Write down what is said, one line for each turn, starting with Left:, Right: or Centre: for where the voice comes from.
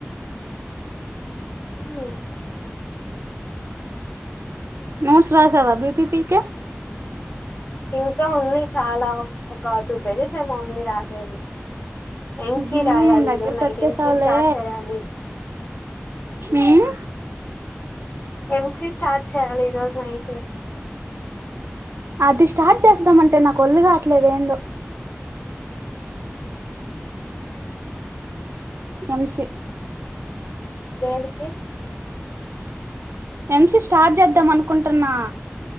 Left: హ్మ్ ఓ
Right: నూడ్ స రాసవా బీపి పక
Left: ఇంకా ఉంది చాలా ఒక టూ పేజెస్ ఏమో ఉంది రాసేవి ఎంస
Right: ఉహూ
Left: రాయాలి
Right: దగ్గరకు
Left: హరో నైట్
Right: వచ్చేసావులే
Left: ఎంసీ స్టార్ట్ చేయాలి
Right: ఉమ్
Left: ఎంస స్టార్ట్ చాల ఈ రోజు నైట్
Right: అది స్టార్ట్ చేస్తామంటే నాకు ఒళ్ళు కావట్లేదు ఏందో ఎంసి
Left: దేనికి
Right: ఎంసి స్టార్ట్ చేద్దాం అనుకుంటున్నా